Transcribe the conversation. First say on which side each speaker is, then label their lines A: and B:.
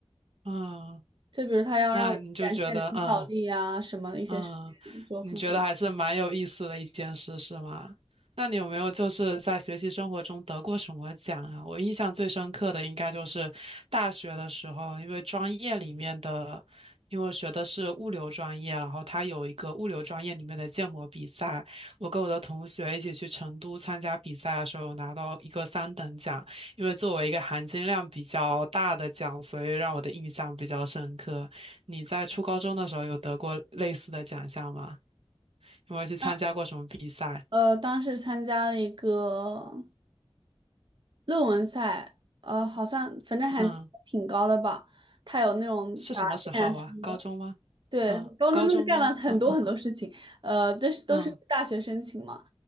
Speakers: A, on the right (about 80°); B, on the right (about 55°).
A: 嗯，
B: 就比如他要让我展现领导力啊，
A: 那你就觉得嗯。
B: 什么的一些事情，
A: 嗯，
B: 就可能
A: 你觉得还是蛮有意思的一件事，是吗？那你有没有就是在学习生活中得过什么奖啊？我印象最深刻的应该就是大学的时候，因为专业里面的，因为我学的是物流专业，然后它有一个物流专业里面的建模比赛，我跟我的同学一起去成都参加比赛的时候，有拿到一个三等奖，因为作为一个含金量比较大的奖，所以让我的印象比较深刻。你在初高中的时候有得过类似的奖项吗？有没有去参加过什么比赛？
B: 当呃当时参加了一个论文赛，呃，好像反正还挺高的吧。
A: 嗯，
B: 他有那种答辩啊什么的，
A: 是什么时候啊？高中吗？
B: 对，
A: 嗯，
B: 高中真的干了很多很多事情，
A: 高中吗？嗯
B: 呃，都是都是大学申请嘛。
A: 嗯